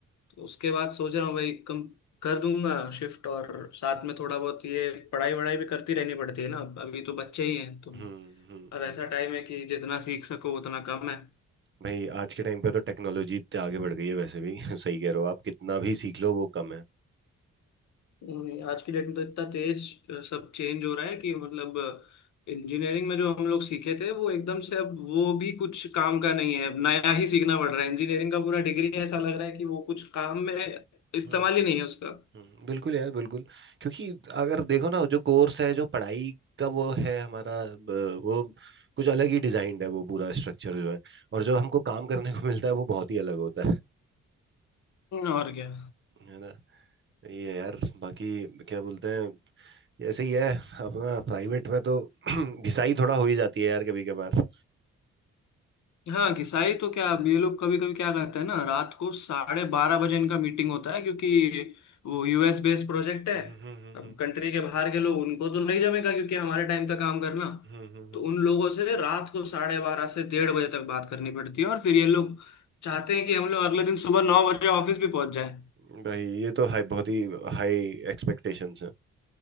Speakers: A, on the left; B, on the right.
A: तो उसके बाद सोच रहा हूँ भाई कम कर दूंगा शिफ्ट और साथ में थोड़ा बहुत ये पढ़ाई वढ़ाई भी करती रहनी पड़ती है ना अब अभी तो बच्चे ही हैं तो
B: हम्म हम्म
A: अब ऐसा
B: हम्म।
A: टाइम है कि जितना सीख सको उतना कम है
B: भाई आज के टाइम पे तो टेक्नोलॉजी इतने आगे बढ़ गई है वैसे भी <laughs> सही कह रहे हो आप कितना भी सीख लो वो कम है
A: नहीं, आज की डेट में तो इतना तेज अ, सब चेंज हो रहा है कि मतलब इंजीनियरिंग में जो हम लोग सीखे थे वो एकदम से अब वो भी कुछ काम का नहीं है अब नया ही सीखना पड़ रहा है इंजीनियरिंग का पूरा डिग्री ऐसा लग रहा है कि वो कुछ काम में इस्तेमाल
B: हम्म
A: ही नहीं है उसका
B: हम्म, बिल्कुल यार बिल्कुल क्योंकि अगर देखो ना जो कोर्स है जो पढ़ाई का वो है हमारा ब- वो कुछ अलग ही डिजाइंड है वो पूरा स्ट्रक्चर जो है और जो हमको काम करने को मिलता है वो बहुत ही अलग होता है
A: और क्या
B: है ना ये है यार बाकी क्या बोलते हैं ऐसे ही है अपना प्राइवेट में तो <clears throat> घिसाई थोड़ा हो ही जाती है यार कभी कभार
A: हाँ घिसाई तो क्या अब ये लोग कभी कभी क्या करते हैं ना रात को साढ़े बारह बजे इनका मीटिंग होता है क्योंकि वो यूएस बेस्ड प्रोजेक्ट है
B: हम्म हम्म
A: अब
B: हम्म
A: कंट्री के बाहर के लोग उनको तो नहीं जमेगा क्योंकि हमारे टाइम पे काम करना
B: हम्म हम्म,
A: तो उन लोगों से रात को साढ़े बारह से डेढ़ बजे तक बात करनी पड़ती है और फिर ये लोग चाहते हैं कि हम लोग अगले दिन सुबह नौ बजे ऑफिस भी पहुंच जाए
B: हम्म। भाई ये तो हाई बहुत ही हाई एक्सपेक्टेशंस हैं